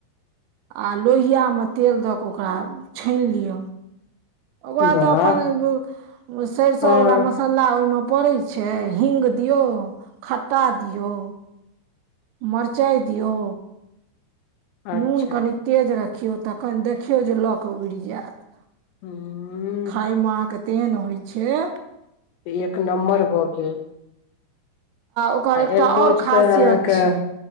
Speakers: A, on the right; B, on the left.
A: आ लोहियामे तेल दऽ कऽ ओकरा छानि लिय। ओकरा
B: वाह
A: तऽ अपन सरिसोवला
B: हँ
A: मसाला ओहिमे पड़ै छैय हिंग दियौ खट्टा दियौ मरचाइ दियै
B: अच्छा
A: नून कनि तेज रखियौ तखन देखियौ जे लक उड़ि जायत।
B: हूं
A: खााय मे अहाँके तेहन होइ छैय।
B: एक नम्बर भऽ गेल।
A: ओकर
B: आ
A: एकटा
B: एरकोचके
A: आओर खासियत
B: अहाँक
A: छै